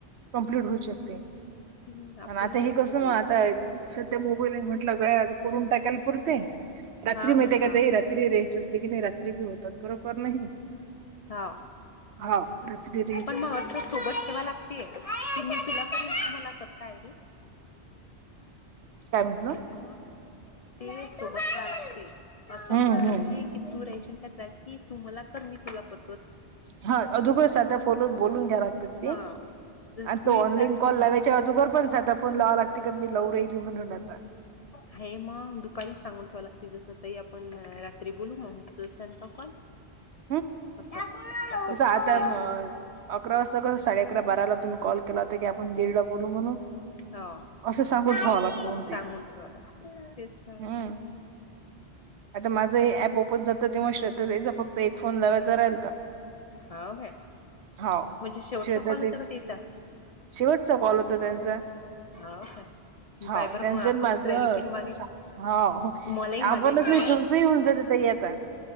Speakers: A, on the right; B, on the left.
A: कंप्लीट होऊ शकतय,
B: हम्म आपलं
A: आणि आता
B: नव्हतं
A: हे कस
B: तसं.
A: ना, आता सध्या मोबाईल आहे म्हणे सगळ उकरून टाकालं पुटतंय, रात्री
B: हाव
A: माहितय
B: ना हाव
A: का ते रा त्री, रेंज असले की नाही रात्री बी होतात खरोखर नाही.
B: हा.
A: हा रात्री बी.
B: पण मग असं सोबत ठेवाय लागतेय, की मी तुला कर, तू मला कर. काय रे.
A: काय म्हटलं
B: देना म. ते सोबत ऱ्हा लागते असं
A: हम्म
B: म्हणा लागते
A: हम्म
B: की तू रायशीन का त्या की तु मला कर मी तुला कर
A: हा अधूगच साध्या फोलवर बोलून घ्या लागत. ते
B: हा. जस
A: आणि
B: तूही
A: तो ऑनलाईन
B: जाग मीही
A: कॉल लावायच्या
B: जागतो.
A: अधूगर पण सदा फोन लावा ला ते का मी लावू राहिली म्हणून आता.
B: हे मग दुपारीच सांगून ठेवा लागते जसं ताई आपण रात्री बोलू मग त्यांचा कॉल
A: <inaudible>
B: टोम्या ओकल.
A: जसं आता म- अकरा वाजता कसं साडे अकरा बाराला तुम्ही कॉल केला होता की आपण दीड ला बोलू म्हणून.
B: हो.
A: अस सांगून
B: आई आपल,
A: ठेवावं लागतं मग ते
B: सांगून ठेवाय लागते तेच तर.
A: हम्म आता माझं हे ऍप ओपन झालत तेव्हा श्रद्ध ताईचा फक्त एक फोन लावायचा राहिलता.
B: हाव काय
A: हाव.
B: म्हणजे शेवटचा
A: श्रद्धा
B: कॉल होता
A: ताई
B: का तिचा?
A: शेवटचा कॉल होता त्यांचा.
B: हाव का.
A: हाव
B: पाय बर
A: त्यांचं
B: मग आपणच
A: अन् माझं
B: राहिलो की मागे
A: सा हाव
B: मलाही
A: आपणच
B: माझ्याच्या
A: नाही तुमचंही होऊन जाते ताई आता